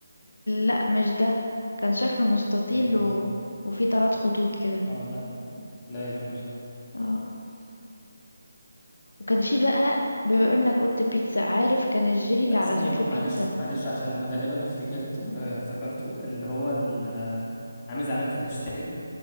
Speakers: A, on the left; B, on the left.
A: لا مش ده كان شكله مستطيل
B: يبقى
A: و...
B: مش ده
A: وفي طرات خطوط كده
B: اه لا لا يبقى مش ده
A: اه وكان في بقى بما انك قلت بيتزا عارف كان الجيلي اللي
B: لا
A: على
B: ثانية
A: شكل
B: ما-
A: بيتزا
B: معلش معلش عشان غالبا افتكرته آه، افتكرته اللي هو ال- آه، عامل زي علامة الهاشتاج